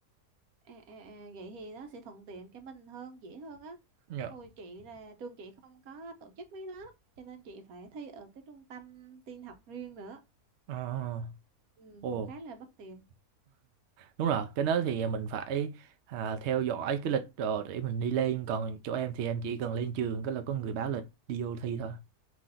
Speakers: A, on the right; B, on the right.
A: À, à, à, vậy thì nó sẽ thuận tiện cho mình hơn dễ hơn á
B: Dạ.
A: hồi chị là trường chị không có tổ chức mấy đó cho nên chị phải thi ở cái trung tâm tin học riêng nữa
B: À,
A: ừ,
B: ồ,
A: cũng khá là bất tiện
B: đúng rồi. Cái đó thì mình phải à, theo dõi cái lịch rồi để mình đi lên. Còn chỗ em thì em chỉ cần lên trường, cái là có người báo lịch đi vô thi thôi.